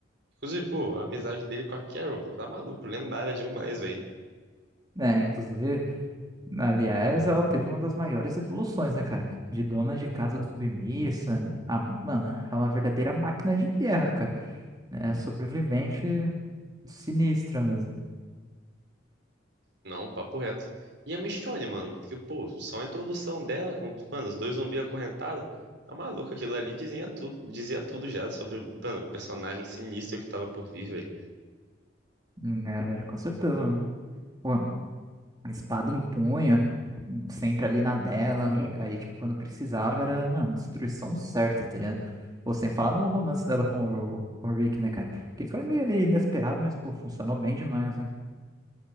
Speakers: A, on the right; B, on the right.
A: Inclusive, pô, a amizade dele com a Carol, tá maluco, lendária demais, velho.
B: Né, inclusive, aliás, ela teve uma das maiores evoluções, né, cara? De dona de casa submissa, a, mano, é uma verdadeira máquina de guerra, cara. É sobrevivente sinistra mesmo.
A: Não, papo reto. E a Michonne, mano, que, pô, só a introdução dela com, mano, os dois zumbis acorrentados, tá maluco, aquilo ali dizia tudo, dizia tudo já sobre, o, mano, o personagem sinistro que tava por vir, velho.
B: É, velho, com certeza, mano. Pô, espada em punho, sempre ali na dela. Aí, tipo, quando precisava, era, mano, destruição certa, tá ligado? Ou sem falar no romance dela com o, com o Rick, né, cara? Que foi meio ali inesperado, mas, pô, funcionou bem demais, né? <laughs>